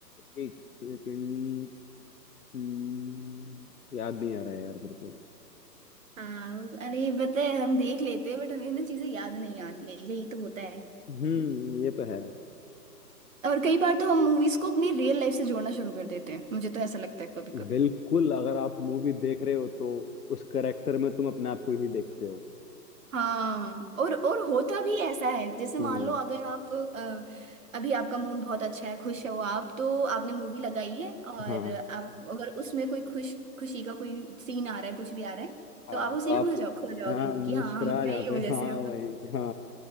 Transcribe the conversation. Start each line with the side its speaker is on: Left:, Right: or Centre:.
Left: एक सेकंड हम्म, याद नहीं आ रहा है यार मेरे को
Right: हाँ अरे बताए हम देख लेते हैं बट हमें ना चीजें याद नहीं आती है यही तो होता है
Left: हम्म ये तो है
Right: और कई बार तो हम मूवीज को अपनी रियल लाइफ से जोड़ना शुरू कर देते हैं मुझे तो ऐसा लगता है कभी कभी
Left: बिल्कुल अगर आप मूवी देख रहे हो तो उस करेक्टर में तुम अपने आप को ही देखते हो
Right: हाँ और और होता भी ऐसा है जैसे मान
Left: हम्म
Right: लो अगर आप अ, अभी आपका मूड बहुत अच्छा है खुश हो आप तो आपने मूवी लगाई है और
Left: हाँ
Right: आप अगर उसमें कोई खुश खुशी का कोई सीन आ रहा है कुछ भी आ रहा है
Left: हाँ
Right: तो आप उसी
Left: तो आप
Right: में खो जाओ खो जाओगी
Left: हाँ मुस्कुरा
Right: कि हाँ हम मैं
Left: जाते
Right: ही हूँ जैसे
Left: हो हाँ वही हाँ